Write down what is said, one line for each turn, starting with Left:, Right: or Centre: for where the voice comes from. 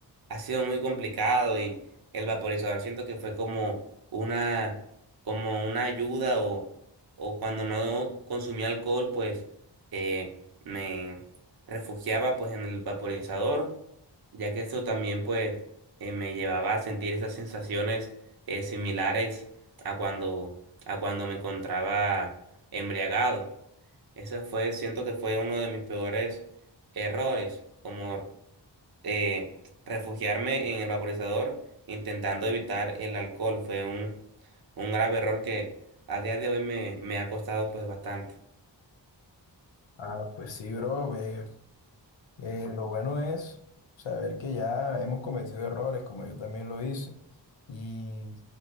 Right: ha sido muy complicado y el vaporizador siento que fue como una, como una ayuda o, o cuando no consumía alcohol, pues eh, me refugiaba pues en el vaporizador, ya que esto también pues eh, me llevaba a sentir esas sensaciones eh, similares a cuando, a cuando me encontraba embriagado. esa fue, siento que fue uno de mis peores errores, como eh, refugiarme en el vaporizador intentando evitar el alcohol. Fue un, un grave error que a día de hoy me, me ha costado pues bastante.
Left: Ah, pues sí, bro. ve, eh, lo bueno es saber que ya hemos cometido errores, como yo también lo hice, y